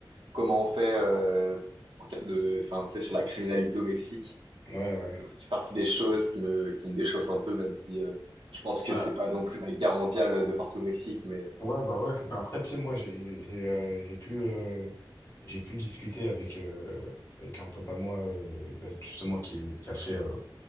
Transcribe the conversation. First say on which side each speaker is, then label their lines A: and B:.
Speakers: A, on the right; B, on the left.
A: comment on fait euh, en cas de, enfin, tu sais, sur la criminalité au Mexique.
B: Ouais, ouais.
A: Donc, c'est partie des choses qui me, qui me déchauffent un peu, même si euh, je pense que
B: Ouais.
A: c'est pas non plus la guerre mondiale de partout au Mexique, mais
B: Ouais, bah ouais. Mais après, tu sais, moi, j'ai j'ai euh, j'ai pu, euh, j'ai pu discuter avec, euh, avec un pote à moi, euh, bah, justement, qui, qui a fait, euh,